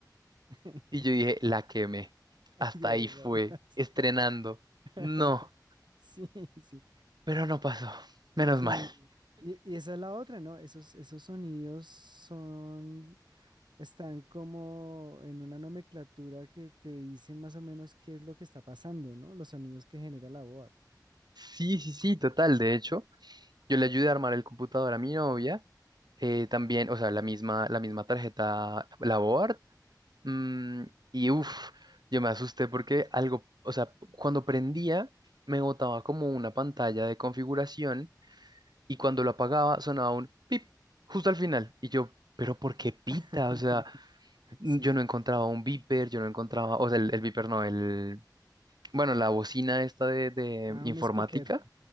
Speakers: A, on the right; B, on the right.
A: <laughs>
B: y yo dije, la quemé.
A: Ay,
B: Hasta
A: Dios,
B: ahí fue,
A: por Dios.
B: estrenando.
A: <laughs>
B: No,
A: Sí, sí.
B: pero no pasó, menos
A: Sí.
B: mal.
A: Y, y esa es la otra, ¿no? Esos, esos sonidos son, están como en una nomenclatura que te dicen más o menos qué es lo que está pasando, ¿no? Los sonidos que genera la voz.
B: Sí, sí, sí, total, de hecho, yo le ayudé a armar el computador a mi novia, eh, también, o sea, la misma, la misma tarjeta, la board Mm, y uff, yo me asusté porque algo, o sea, cuando prendía me botaba como una pantalla de configuración y cuando lo apagaba sonaba un pip justo al final. Y yo, pero ¿por qué pita?
A: <laughs>
B: O sea, n-
A: Sí,
B: yo
A: sí.
B: no encontraba un beeper, yo no encontraba, o sea, el, el beeper no, el, bueno, la bocina esta de, de
A: Ah,
B: informática.
A: un speaker.